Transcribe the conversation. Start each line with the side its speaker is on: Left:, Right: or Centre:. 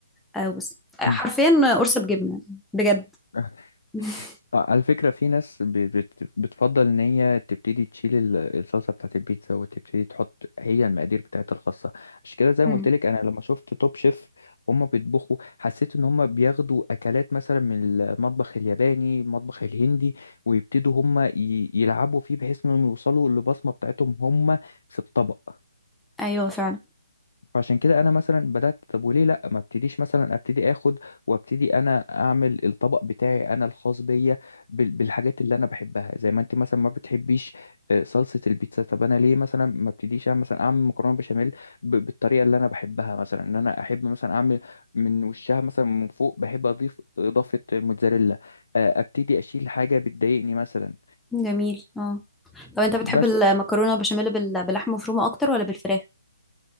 Centre: أو بس آه،
Left: مم.
Centre: حرفيا قرصة بجبنة بجد
Left: آه، <laughs>
Centre: <laughs>
Left: على فكرة في ناس ب- بت- بتفضل إن هي تبتدي تشيل ال- الصلصة بتاعت البيتزا وتبتدي تحط هي المقادير بتاعتها الخاصة عشان كده زي
Centre: مم.
Left: ما قلت لك أنا لما شفت توب شيف هما بيطبخوا حسيت إن هما بياخدوا أكلات مثلا من المطبخ الياباني المطبخ الهندي ويبتدوا هما ي- يلعبوا فيه بحيث إنهم يوصلوا للبصمة بتاعتهم هما في الطبق
Centre: أيوه فعلا
Left: فعشان كده انا مثلا بدات طب وليه لا ما ابتديش مثلا ابتدي اخد وابتدي انا اعمل الطبق بتاعي انا الخاص بيا بال- بالحاجات اللي انا بحبها زي ما انت مثلا ما بتحبيش آه، صلصه البيتزا طب انا ليه مثلا ما ابتديش اعمل مثلا اعمل مكرونه بشاميل ب- بالطريقه اللي انا بحبها مثلا ان انا احب مثلا اعمل من وشها مثلا من فوق بحب اضيف اضافه الموتزاريلا آه، ابتدي اشيل حاجه بتضايقني مثلا
Centre: جميل اه طب أنت بتحب
Left: بس
Centre: المكرونة بشاميل بال- باللحمة مفرومة أكتر ولا بالفراخ؟